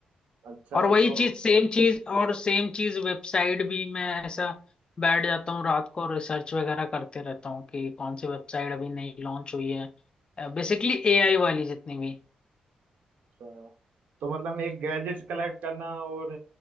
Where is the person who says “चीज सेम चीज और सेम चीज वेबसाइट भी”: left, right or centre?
Left